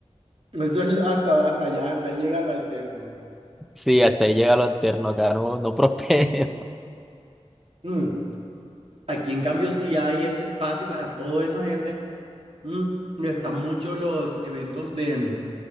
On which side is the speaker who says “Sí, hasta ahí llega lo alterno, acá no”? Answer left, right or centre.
Centre